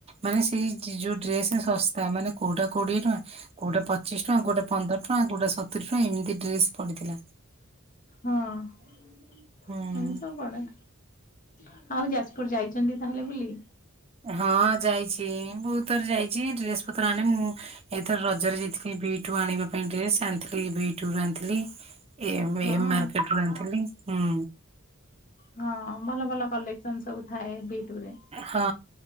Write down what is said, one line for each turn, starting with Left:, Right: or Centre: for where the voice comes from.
Right: ମାନେ ସେଇ ଯୋଉ ଡ୍ରେସ ଶସ୍ ତା ମାନେ କୋଉଟା କୋଡିଏ ଟଙ୍କା। କୋଉଟା ପଚିଶ ଟଙ୍କା, କୋଉଟା ପନ୍ଦର ଟଙ୍କା, କୋଉଟା ସତୁରି ଟଙ୍କା ଏମିତି ତ୍ରେସ ପଡିଥିଲା।
Left: ହଁ ଏମିତି
Right: ହୁଁ।
Left: ସବୁ ପଡେ। ଆଉ ଯାଜପୁର ଯାଇଛନ୍ତି ତାହେଲେ ବୁଲି?
Right: ହଁ ଯାଇଛି ବହୁତ ଥର ଯାଇଛି ଡ୍ରେସ ପତ୍ର ଆଣେ ମୁଁ ଏଥର ରଜରେ ଯାଇଥିଲି ବି ଟୁ ଆଣିବା ପାଇଁ ଡେସ ଆଣିଥିଲି ବି ଟୁୁ ରୁ ଆଣିଥିଲି। ଏ
Left: ହଁ
Right: ଏମ୍ ମାର୍କେଟ ରୁ ଆଣିଥିଲି। ହୁଁ।
Left: ହଁ ଭଲ ଭଲ କଲେକ୍ସନ ସବୁ ଥାଏ ବି ଟୁ ରେ।
Right: ହଁ